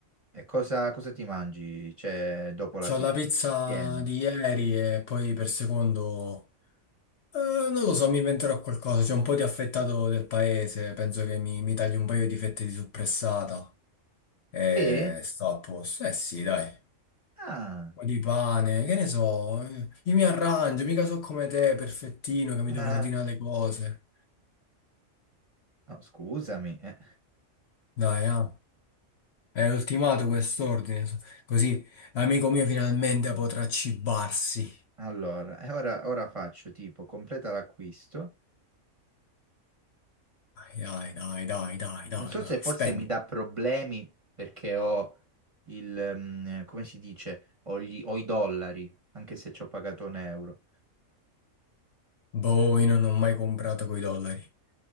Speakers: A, on the right (about 30°); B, on the left (about 60°).
A: E cosa, cosa ti mangi? Cioè, dopo la
B: C'ho
A: pizza?
B: la pizza
A: Insieme.
B: di ieri e poi per secondo... eh, non lo so, mi inventerò qualcosa. C'è un po' di affettato del paese, penso che mi, mi taglio un paio di fette di suppressata e
A: Sì?
B: sto a posto. Eh sì, dai. Un
A: Ah.
B: po' di pane, che ne so. eh, Io mi arrangio, mica so come te, perfettino, che mi
A: eh,
B: devo ordinare le cose.
A: no, scusami. eh.
B: Dai, ah. È ultimato quest'ordine, so- così l'amico mio finalmente potrà cibarsi.
A: Allora, e ora, ora faccio tipo completa l'acquisto.
B: Dai, dai, dai, dai, dai, dai,
A: Non so
B: dai,
A: se forse
B: spendi.
A: mi dà problemi perché ho il, ehm, come si dice, ho, gli- ho i dollari, anche se ci ho pagato un euro.
B: Boh, io non ho mai comprato coi dollari.